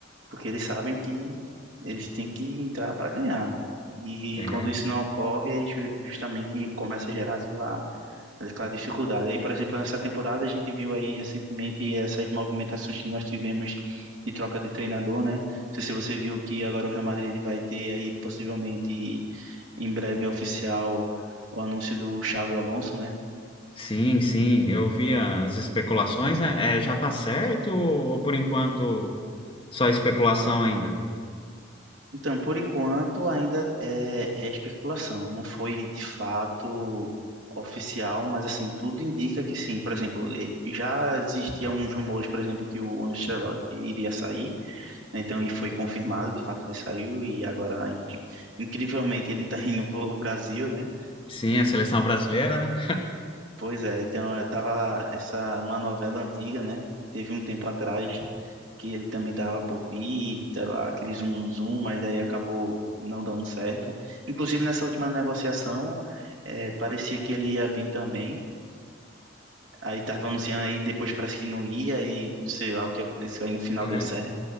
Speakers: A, on the right; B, on the left.
A: porque eles sabem que eles têm que entrar para ganhar. E
B: É.
A: quando isso não ocorre, aí ju- justamente começa a gerar aquela, aquela dificuldade. Aí, por exemplo, nessa temporada a gente viu aí recentemente essas movimentações que nós tivemos de troca de treinador, né? Não sei se você viu que agora o Real Madrid ele vai ter aí possivelmente em breve oficial o anúncio do Xabi Alonso, né?
B: Sim, sim. Eu vi as especulações, né? É, já tá certo ou por enquanto só especulação ainda?
A: Então, por enquanto, ainda é, é especulação. Não foi de fato oficial, mas assim, tudo indica que sim. Por exemplo, eh, já existiam uns rumores, por exemplo, que o Ancelotti iria sair, né? Então, e foi confirmado, de fato ele saiu, e agora, inc- incrivelmente, ele está indo para o Brasil, né?
B: Sim, a seleção brasileira, né?
A: Pois é, tem, uma- tava essa uma novela antiga, né? Teve um tempo atrás que ele também tava por vir, tava aquele zum zum zum, mas aí acabou não dando certo. Inclusive nessa última negociação, eh, parecia que ele ia vir também. Aí tava anunciando aí depois parece que não ia e não sei lá o que aconteceu aí no final
B: É,
A: deu certo.